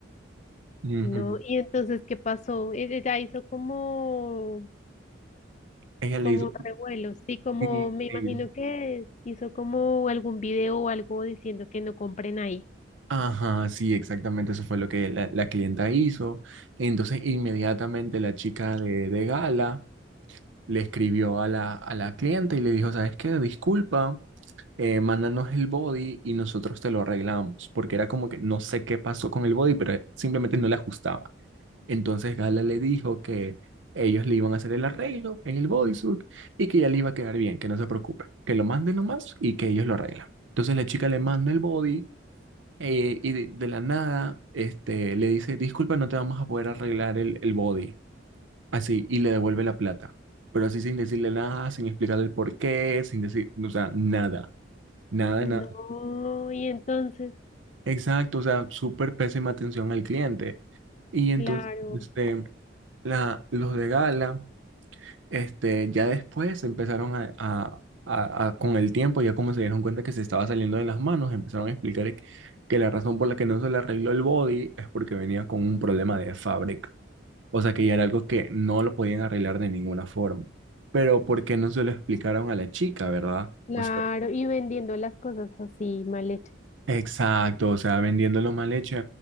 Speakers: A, on the right (about 80°); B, on the left (about 40°).
A: Ujú.
B: ¿no? Y entonces, ¿qué pasó? E- Ella hizo como,
A: Ella le
B: como
A: hizo...
B: revuelo, sí, como
A: sí,
B: me imagino
A: sí.
B: que hizo como algún video o algo diciendo que no compren ahí.
A: Ajá, sí, exactamente, eso fue lo que la, la clienta hizo. Entonces, inmediatamente la chica de, de gala le escribió a la, a la clienta y le dijo, ¿sabes qué? Disculpa, eh, mándanos el body y nosotros te lo arreglamos, porque era como que no sé qué pasó con el body, pero simplemente no le ajustaba. Entonces Gala le dijo que ellos le iban a hacer el arreglo en el bodysuit y que ya le iba a quedar bien, que no se preocupe, que lo manden nomás y que ellos lo arreglan. Entonces la chica le manda el body eh, y de, de la nada este, le dice, disculpa, no te vamos a poder arreglar el, el body así, y le devuelve la plata. Pero así sin decirle nada, sin explicarle el por qué, sin decir, o sea, nada, nada, de
B: No,
A: nada.
B: y entonces,
A: Exacto, o sea, súper pésima atención al cliente. Y entonces,
B: claro.
A: este, la, los de Gala, este, ya después empezaron a, a- a- a- con el tiempo, ya como se dieron cuenta que se estaba saliendo de las manos, empezaron a explicar que la razón por la que no se le arregló el body es porque venía con un problema de fábrica. O sea que ya era algo que no lo podían arreglar de ninguna forma. Pero ¿por qué no se lo explicaron a la chica, verdad?
B: Claro,
A: O sea,
B: y vendiendo las cosas así mal hechas.
A: exacto, o sea, vendiéndolo mal hecho.